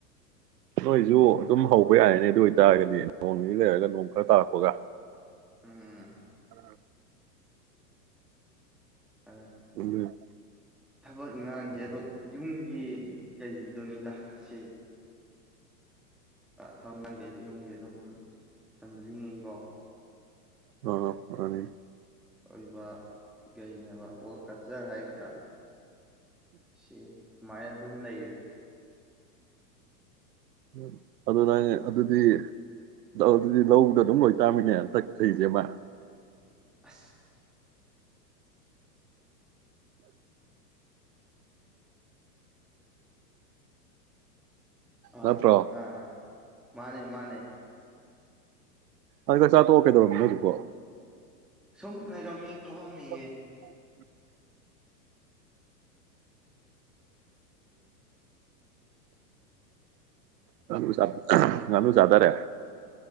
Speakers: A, on the right; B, in the centre.
A: ꯅꯣꯏꯁꯨ ꯑꯗꯨꯝ ꯍꯧꯕ ꯌꯥꯔꯅꯦ ꯑꯗꯨ ꯑꯣꯏꯇꯥꯔꯒꯗꯤ ꯅꯣꯡꯅꯤꯗꯒꯤ ꯂꯩꯔꯒ ꯅꯣꯡ ꯈꯔ ꯇꯥꯔꯛꯄꯒ
B: ꯎꯝ
A: ꯎꯝ
B: ꯑ
A: ꯎꯝ
B: ꯊꯕꯛ ꯏꯟꯈꯥꯡꯁꯦ ꯑꯗꯨꯝ ꯌꯨꯝꯒꯤ ꯀꯩꯗꯨꯅꯤꯗ ꯁꯤ ꯊꯕꯛ ꯂꯪꯗꯦ ꯌꯨꯝꯒꯤ ꯑꯗꯨꯝ ꯐꯦꯃꯤꯂꯤꯉꯩꯀꯣ
A: ꯍ ꯑꯦ
B: ꯑꯣꯏꯕ ꯀꯩꯅꯦꯕ ꯖꯔ ꯍꯥꯏꯒꯗ꯭ꯔꯥ ꯁꯤ ꯁꯨꯃꯥꯏꯅ ꯑꯗꯨꯝ ꯂꯩꯔꯦ
A: ꯎ ꯑꯗꯨ ꯅꯪ ꯑꯗꯨꯗꯤ ꯑꯗꯨꯗꯤ ꯂꯧꯗ ꯑꯗꯨꯝ ꯂꯣꯏꯇꯥꯥꯃꯤꯅꯦꯟꯇꯛꯈꯁꯦ ꯑꯃ
B: ꯑ ꯑꯥ
A: ꯅꯠꯇ꯭ꯔꯣ
B: ꯑꯥ ꯃꯥꯅꯦ ꯃꯥꯅꯦ
A: ꯑꯗꯨ ꯆꯥ ꯇꯣꯛꯑ ꯀꯩꯗꯧꯔꯕꯝꯣ ꯍꯧꯖꯤꯛꯀꯣ
B: ꯁꯨꯝꯅꯤꯔꯃꯤ ꯐꯥꯎꯃꯤ
A: ꯎꯝ ꯉ ꯉꯅꯨ ꯆꯥꯗꯔꯦ